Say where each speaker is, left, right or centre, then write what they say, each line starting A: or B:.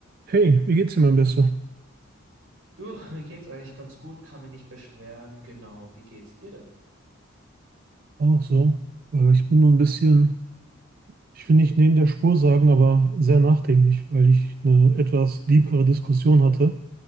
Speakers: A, on the right; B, on the right.
A: Hey, wie geht's dir, mein Bester?
B: Du, mir geht's eigentlich ganz gut, kann mich nicht beschweren. Genau, wie geht's dir denn?
A: Auch so. Äh, Ich bin nur ein bisschen, ich will nicht neben der Spur sagen, aber sehr nachdenklich, weil ich eine etwas deepere Diskussion hatte.